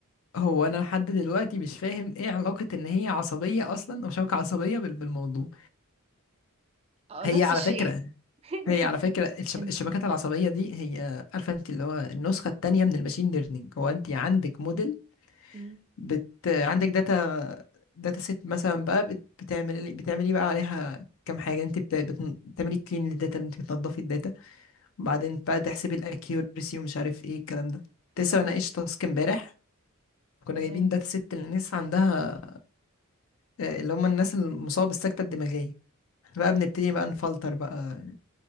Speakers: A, on the left (about 60°); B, on the right (about 25°).
A: هو انا لحد دلوقتي مش فاهم ايه علاقة ان هي عصبية اصلا او شبكة عصبية بال- بالموضوع
B: اه
A: هي
B: نفس
A: على
B: الشيء
A: فكرة
B: <laughs>
A: هي على فكرة الشب...
B: هن-
A: الشبكات العصبية دي هي عارفة انت اللي هو النسخة التانية من الماشين ليرنينج هو انت عندك موديل
B: مم.
A: بت... عندك داتا داتا سيت مثلا بقى بت... بتعملي بتعملي بقى عليها كام حاجة انت بت... بت... بتعملي كلين للداتا انت بتنضفي الداتا وبعدين بقى تحسبي الاكيورسي ومش عارف ايه الكلام ده كنت لسه
B: اه
A: بناقش تاسك امبارح كنا
B: تمام
A: جايبين داتا سيت للناس عندها آه، اللي هم الناس المصابة بالسكتة الدماغية إحنا بقى بنبتدي بقى نفلتر بقى